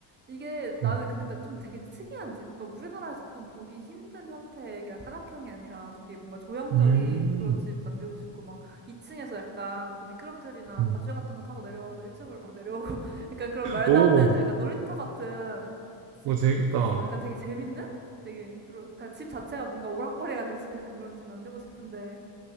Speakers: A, on the right (about 20°); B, on the right (about 60°).
A: 이게 나는
B: 음,
A: 근데 좀 되게 특이한 집. 그러니까 우리나라에서 좀 보기 힘든 형태의 그냥 사각형이 아니라 되게 뭔가 조형적인
B: 음,
A: 그런 집 만들고 싶고 막 2층에서 약간 그 미끄럼틀이나
B: 음.
A: 밧줄 같은 거 타고 내려와서 1층으로 막 내려오고 <laughs> 약간 그런 말도
B: 오,
A: 안 되는 약간 놀이터 같은 집.
B: 오 재밌겠다.
A: 어, 약간 되게 재밌는? 되게 그런 그러니까 집 자체가 뭔가 오락거리가 될 수 있는 그런 집 만들고 싶은데